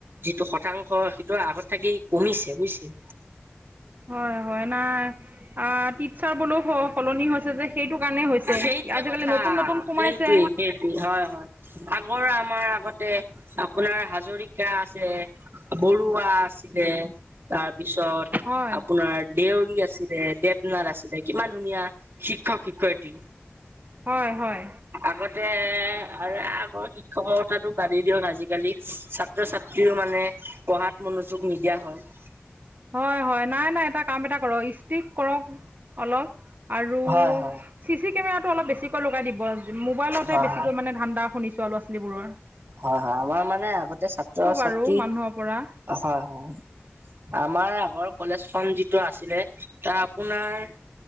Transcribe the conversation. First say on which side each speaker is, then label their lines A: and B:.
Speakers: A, on the right; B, on the right.
A: যিটো শতাংশ, সেইটো আগত থাকি কমিছে বুইছে।
B: হয়- হয়, নাই আ টিটছাৰ বোলেও স সলনি হৈছে যে, সেইটো কাৰণেই হৈছে,
A: সেইটোৱে
B: আজিকালি
A: কথা
B: নতুন- নতুন সোমাইছে।
A: সেইটোৱে সেইটোৱে, হয়-হয়। আগৰ আমাৰ আগতে আপোনাৰ হাজৰিকা আছে, বৰুৱা আছ দিলে তাৰপিছত
B: হয়
A: আপোনাৰ দেউৰী আছিলে, দেৱনাথ আছিলে কিমান ধুনীয়া শিক্ষক-শিক্ষয়িত্ৰী।
B: হয়, হয়।
A: আগতে আৰু আগৰ শিক শিক্ষকৰ কথাটো বাদেই দিয়ক। আজি-কালি ছাত্ৰ-ছাত্ৰীও মানে পঢ়াত মনোযোগ নিদিয়া হয়।
B: হয়, হয়। নাই, নাই। এটা কাম এটা কৰক। ষ্টিক কৰক অলপ। আৰু
A: হয় হয়
B: চি চি কেমেৰাটো অলপ বেছিকৈ লগাই দিব। মোবাইলতে
A: হয়
B: বেছিকৈ মানে ধান্দা শুনিছোঁ আও ল-ছালীবোৰৰ।
A: হয়, হয়। আমাৰ মানে আগতে ছাত্ৰ-ছাত্ৰী,
B: বাৰু মানুহৰ পৰা
A: হয় হয়। আমাৰ আগৰ কলেজখন যিটো আছিলে তাৰ আপোনাৰ